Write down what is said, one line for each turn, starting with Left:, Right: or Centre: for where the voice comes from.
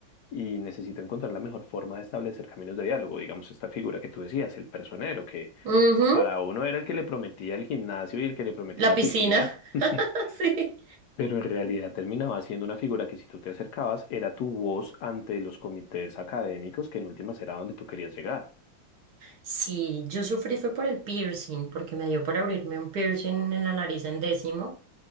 Left: y necesito encontrar la mejor forma de establecer caminos de diálogo. Digamos, esta figura que tú decías, el personero, que
Right: Ujú,
Left: para uno era el que le prometía el gimnasio y el que le prometía
Right: La
Left: la
Right: piscina.
Left: piscina, <laughs>
Right: <laughs> Sí.
Left: pero en realidad terminaba siendo una figura que si tú te acercabas era tu voz ante los comités académicos, que en últimas era donde tú querías llegar.
Right: Sí, yo sufrí fue por el piercing, porque me dio por abrirme un piercing en la nariz en décimo.